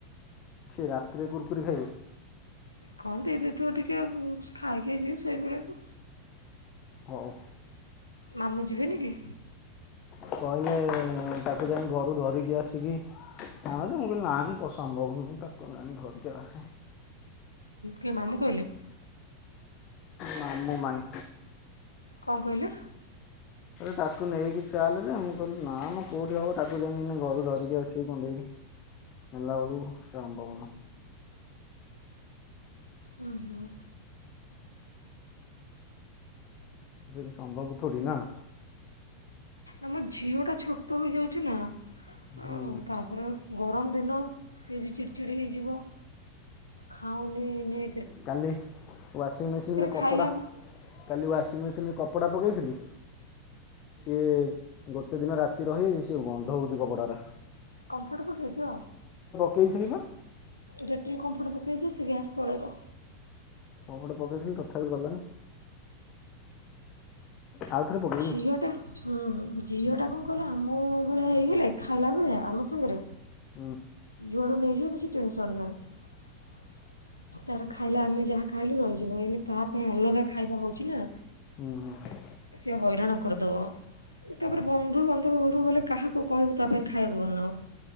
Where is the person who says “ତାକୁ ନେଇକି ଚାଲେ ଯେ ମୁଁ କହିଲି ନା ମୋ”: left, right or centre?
Left